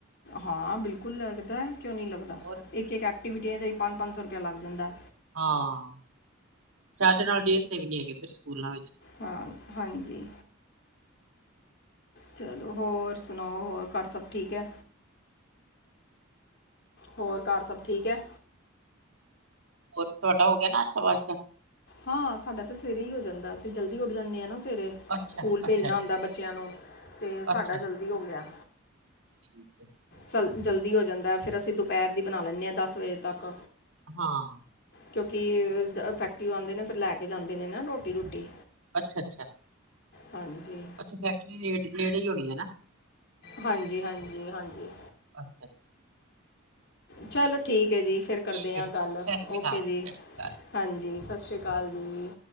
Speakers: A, on the left; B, on the right.
A: ਹਾਂ ਬਿਲ ਬਿਲਕੁਲ ਲੱਗਦਾ ਕਿਓਂ ਨੀ ਲੱਗਦਾ
B: ਹੋਰ,
A: ਇੱਕ-ਇੱਕ ਐਕਟੀਵਿਟੀ ਦਾ ਈ ਪੰਜ-ਪੰਜ ਸੌ ਰੁਪਇਆ ਲੱਗ ਜਾਂਦੈ।
B: ਹਾਂ ਸਾਡੇ ਨਾਲ ਦੇਖਦੇ ਵੀ ਨੀ ਹੈਗੇ ਫੇਰ ਸਕੂਲਾਂ ਵਿੱਚ।
A: ਹਾਂ, ਹਾਂਜੀ। ਚਲੋ ਹੋਰ ਸੁਨਾਓ ਹੋਰ ਘਰ ਸਬ ਠੀਕ ਐ। ਹੋਰ ਘਰ ਸਬ ਠੀਕ ਐ।
B: ਹੋਰ ਤੁਆਡਾ ਹੋ ਗੇਆ ਨਾਸ਼ਤਾ ਵਾਸਤਾ।
A: ਹਾਂ ਸਾਡਾ ਤਾਂ ਸਵੇਰੇ ਈ ਹੋ ਜਾਂਦਾ ਅਸੀਂ ਜਲਦੀ ਉੱਠ ਜਾਂਨੇ ਆਂ ਨਾ ਸਵੇਰੇ।
B: ਅੱਛਾ,
A: ਸਕੂਲ ਭੇਜਨਾ
B: ਅੱਛਾ, ਅੱਛਾ,
A: ਹੁੰਦਾ ਬੱਚਿਆਂ ਨੂੰ, ਤੇ ਸਾਡਾ
B: ਅੱਛਾ
A: ਜਲਦੀ ਹੋ ਗੇਆ।
B: ਠੀਕ ਐ।
A: ਸਲ ਜਲਦੀ ਹੋ ਜਾਂਦਾ ਫਿਰ ਅਸੀਂ ਦੁਪੈਰ ਦੀ ਬਨਾ ਲੈਂਦੇ ਆਂ ਦਸ ਵਜੇ ਤੱਕ।
B: ਹਾਂ।
A: ਕਿਓਂਕਿ ਅ ਫੈਕਟਰਿਓਂ ਆਂਦੇ ਨੇ ਫਿਰ ਲੈ ਕੇ ਜਾਂਦੇ ਨੇ ਨਾ ਰੋਟੀ ਰੁਟੀ।
B: ਅੱਛਾ-ਅੱਛਾ।
A: ਹਾਂਜੀ।
B: ਤੇ ਫੈਕਟਰੀ ਨੇੜ ਨੇੜੇ ਹੋਨੀ ਐ ਨਾ।
A: ਹਾਂਜੀ-ਹਾਂਜੀ-ਹਾਂਜੀ।
B: ਅੱਛਾ ਜੀ।
A: ਚਲੋ ਠੀਕ ਐ ਜੀ ਫਿਰ ਕਰਦੇ
B: ਠੀਕ
A: ਆਂ
B: ਏ,
A: ਗੱਲ
B: ਸਤਿ ਸ੍ਰੀ
A: ਓਕੇ
B: ਅਕਾਲ, ਸਤਿ
A: ਜੀ।
B: ਸ੍ਰੀ ਅਕਾਲ।
A: ਹਾਂਜੀ ਸਸ ਰੀਆ ਕਾਲ ਜੀ।